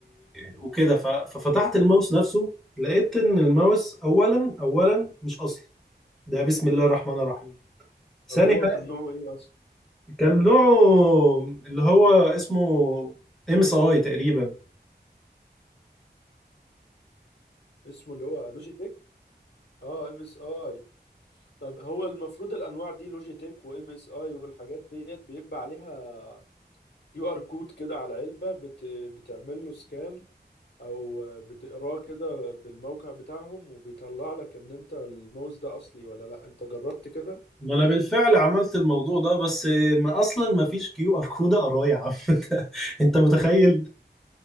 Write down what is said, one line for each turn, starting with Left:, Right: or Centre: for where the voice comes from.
Centre: وكده ف... ففتحت الماوس نفسه لقيت ان الماوس اولا اولا مش اصلي ده بسم الله الرحمن الرحيم ثاني
Left: طب هو
Centre: حاجة
Left: كان نوعه ايه اصلا
Centre: كان نوعه اللي هو اسمه ام اس اي تقريبا
Left: اسمه اللي هو لوجيتيك اه ام اس اي طب هو المفروض الانواع دي لوجيتيك وام اس اي والحاجات ديت بيبقى عليها كيو ار كود كده على العلبة بت... بتعمل له سكان او بتقراه كده بالموقع بتاعهم وبيطلع لك ان انت الماوس ده اصلي ولا لا انت جربت كده
Centre: ما انا بالفعل عملت الموضوع ده بس ما اصلا ما فيش كيو ار كود اقراه يا عم <laughs> انت انت متخيل